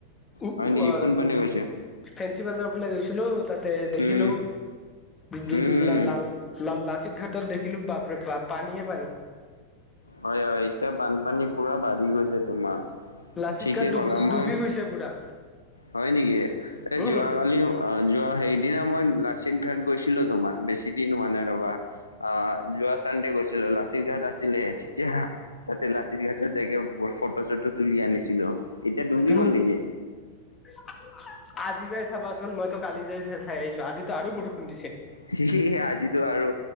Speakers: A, on the left; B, on the left.
A: উ,
B: হয়
A: উ,
B: নেকি
A: আ-
B: কোন পানে গৈছে
A: ফেঞ্চি বাজাৰ ফালে গৈছিলোঁ তাতে দেখিলোঁ
B: উম
A: <unintelligible> লাল
B: উম
A: লাল লাল লাচিত ঘাটত দেখিলোঁ বাপৰে বা পানীয়ে পানী।
B: হয় হয় এতিয়া বানপানী পুৰা বাঢ়ি গৈছে তোমাৰ।
A: লাচিত
B: ঠিকে
A: গাট ডুব
B: ক'লা মই,
A: ডুবি গৈছে পুৰা
B: হয় নিকি এই
A: উম
B: যোৱাকালি অ', যোৱা সেইদিনা মই লাচিত ঘাট গৈছিলোঁ তোমাৰ বেছি দিন হোৱা নাই ৰ'বা। আ, যোৱা চানদে গৈছিলোঁ লাচিত ঘাট আছিলে। তিয়া তাতে লাচিত ঘাটত জাই কেই ফ ফটো চটো তুলি আনিছিলোঁ। এতিয়া ডুবি
A: তুমি
B: গ'ল নেকি?
A: <unintelligible> আজি যাই চাবাচোন মইতো কালি যাই চা চাই আহিছোঁ আজিত ত' আৰু বৰষুণ দিছে।
B: <unintelligible> আজিতো আৰু